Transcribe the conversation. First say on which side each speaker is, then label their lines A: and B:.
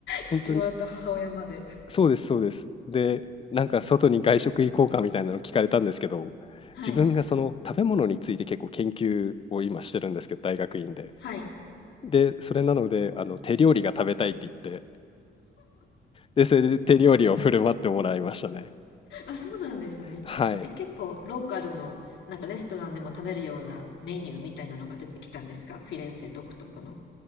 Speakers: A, on the left; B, on the left.
A: 父親と母親まで
B: 本当にそそうですそうですでなんか外に外食行こうかみたいなの聞かれたんですけど
A: はい
B: 自分がその食べ物について結構研究を今してるんですけど大学院で
A: はい
B: でそれなのであの手料理が食べたいって言ってで、それで手料理を振る舞ってもらいましたね。
A: あそうなんですねえ結構ローカルのなんかレストランでも食べるようなメニューみたいなのが出てきたんですかフィレンツェ独特の
B: はい。